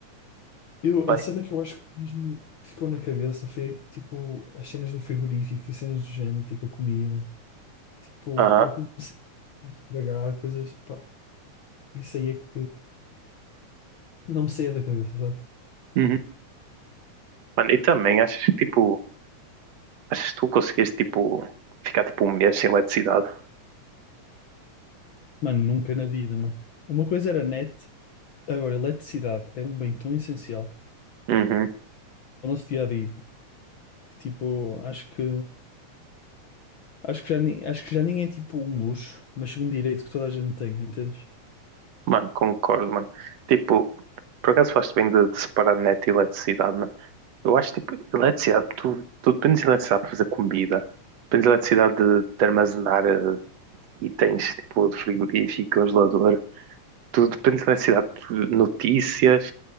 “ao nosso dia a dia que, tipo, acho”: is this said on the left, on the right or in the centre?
Left